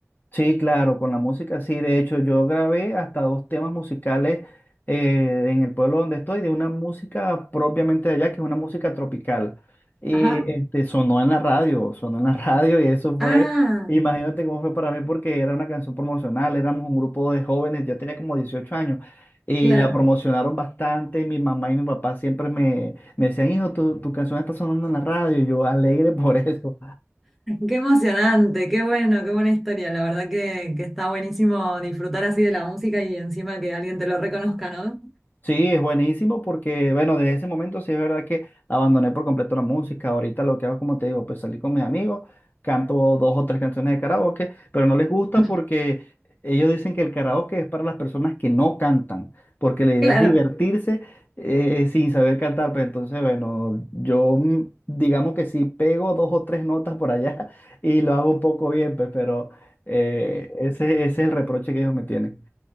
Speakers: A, on the left; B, in the centre.
A: Sí, claro, con la música sí. De hecho, yo grabé hasta dos temas musicales eh, en el pueblo donde estoy, de una música propiamente de allá, que es una música tropical. Y
B: Ajá.
A: este, sonó en la radio, sonó en la radio y eso fue,
B: Ah,
A: imagínate cómo fue para mí, porque era una canción promocional, éramos un grupo de jóvenes, yo tenía como 18 años, y
B: claro.
A: la promocionaron bastante. Mi mamá y mi papá siempre me, me decían, hijo, tu, tu canción está sonando en la radio, y yo alegre <laughs> por eso.
B: Qué emocionante, qué bueno, qué buena historia. La verdad que, que está buenísimo disfrutar así de la música y encima que alguien te lo reconozca, ¿no?
A: Sí, es buenísimo porque, bueno, desde ese momento sí es verdad que abandoné por completo la música. Ahorita lo que hago, como te digo, pues salir con mis amigos, canto dos o tres canciones de karaoke, pero no les gusta
B: <laughs>
A: porque ellos dicen que el karaoke es para las personas que no cantan, porque la idea
B: Claro.
A: es divertirse eh, sin saber cantar. Pues entonces, bueno, yo mm, digamos que sí pego dos o tres notas por allá <laughs> y lo hago un poco bien, pues, pero eh, ese, ese es el reproche que ellos me tienen.